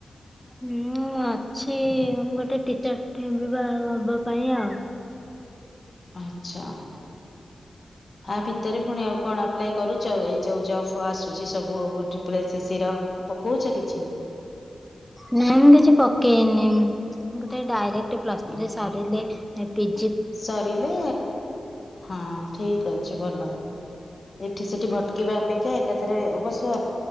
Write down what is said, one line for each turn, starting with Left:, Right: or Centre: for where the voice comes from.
Centre: ମୁଁ ଅଛି ଗୋଟେ ଟିଚ <unintelligible> ପାଇଁ ଆଉ।
Left: ଆଛା। ଆ ଭିତରେ ପୁଣି ଆଉ କଣ ଆପ୍ଲାଏ କରୁଚ ଏଇ ଯୋଉ ଜବ ଆସୁଛି ସବୁ <unintelligible> ପକଉ କିଛି?
Centre: ନାଇଁ ମୁଁ କିଛି ପକେଇନି ଗୋଟେ ଡାଇରେକ୍ଟ ପ୍ଲସଥିରିସାରିଲେ
Left: ଉଁ ହୁଁ
Centre: ପି
Left: ସରିଲେ ହଁ ଠିକ ଅଛି। ଅଛି ଭଲ। ଏଠି ସେଠି ଭଟକିବା ଅପେକ୍ଷା ଏକାଥରେ ଅବଶ୍ୟ